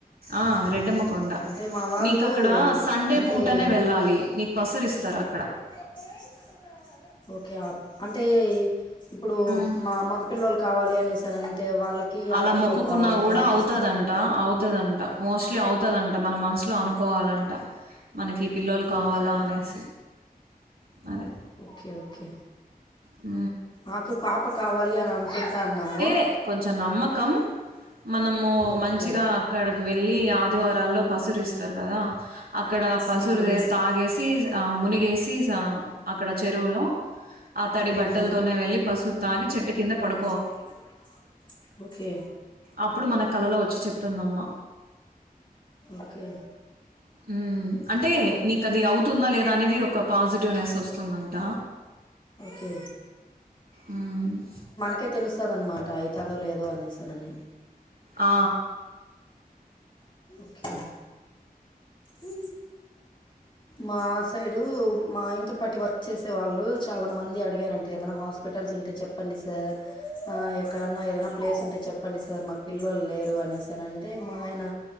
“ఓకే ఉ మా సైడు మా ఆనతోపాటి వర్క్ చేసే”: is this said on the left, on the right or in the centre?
Left